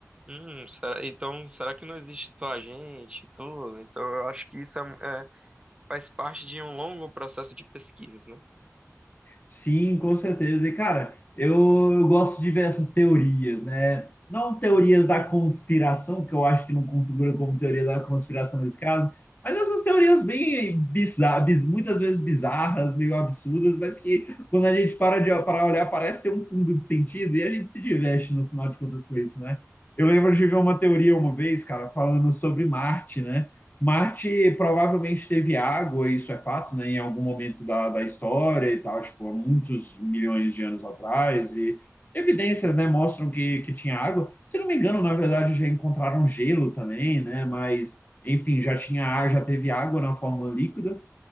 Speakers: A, on the right (about 20°); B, on the left (about 35°).
A: hum, será- então, será que não existe só a gente, e tudo? Então, eu acho que isso é, um- é- faz parte de um longo processo de pesquisas, né?
B: Sim, com certeza. E, cara, eu, eu gosto de ver essas teorias, né? Não teorias da conspiração, que eu acho que não configura como teoria da conspiração nesse caso, mas essas teorias bem bizarras, muitas vezes bizarras, meio absurdas, mas que quando a gente para de para olhar, parece ter um fundo de sentido e a gente se diverte no final de contas com isso, né? Eu lembro de ver uma teoria uma vez, cara, falando sobre Marte, né? Marte provavelmente teve água, isso é fato, né, em algum momento da, da história e tal, tipo, há muitos milhões de anos atrás, e evidências, né, mostram que, que tinha água. Se não me engano, na verdade, já encontraram gelo também, né, mas, enfim, já tinha, já teve água na forma líquida.